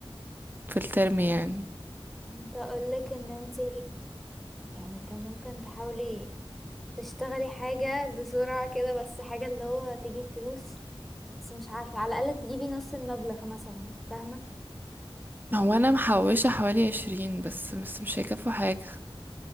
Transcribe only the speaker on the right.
في الترم يعني
هو أنا محوشة حوالي عشرين بس بس مش هيكفوا حاجة